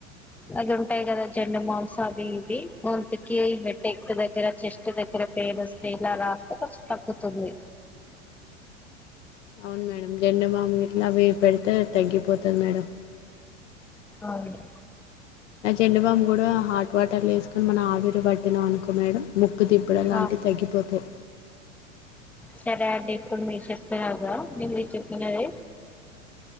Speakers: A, in the centre; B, on the left.
A: అది ఉంటది కదా జెండుమావ్స్ అవి ఇవి కి <inaudible> <unintelligible> చెస్ట్ దగ్గర పెయిన్ వస్తే ఇలా రాస్తే కొంచెం తగ్గుతుంది.
B: అవును మేడం జెండు బామ్ ఇట్లా అవి పెడితే తగ్గిపోతది మేడం.
A: ఆవును
B: నా జెండుబామ్ కూడా హాట్ వాటర్ల ఎసుకొని మన ఆవిరు పట్ త అనుకో మేడం ముక్ ముక్కు దిబ్బడ లాంటివి
A: ఆ
B: తగ్గిపోతయి.
A: సరే అండి ఇప్పుడు మీరు చెప్పినారుగా మీరు చెప్పినవి